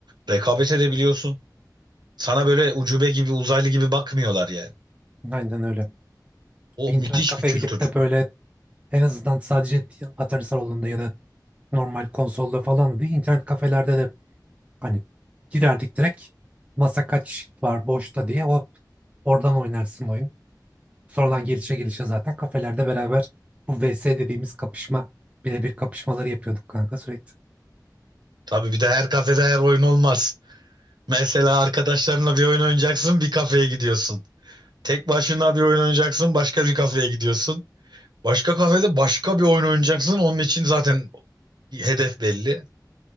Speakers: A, on the right; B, on the right.
A: Rekabet edebiliyorsun. Sana böyle ucube gibi uzaylı gibi bakmıyorlar yani.
B: Aynen öyle.
A: O
B: Bir internet
A: müthiş
B: kafeye
A: bir kültür.
B: gidip de böyle en azından sadece Atari salonunda ya da normal konsolda falan değil internet kafelerde de hani giderdik direkt masa kaç var boşta diye hop oradan oynarsın oyun. Sonradan gelişe gelişe zaten kafelerde beraber bu VS dediğimiz kapışma birebir kapışmaları yapıyorduk kanka sürekli.
A: Tabii bir de her kafede her oyun olmaz. Mesela arkadaşlarınla bir oyun oynayacaksın bir kafeye gidiyorsun. Tek başına bir oyun oynayacaksın başka bir kafeye gidiyorsun. Başka kafede başka bir oyun oynayacaksın. Onun için zaten hedef belli.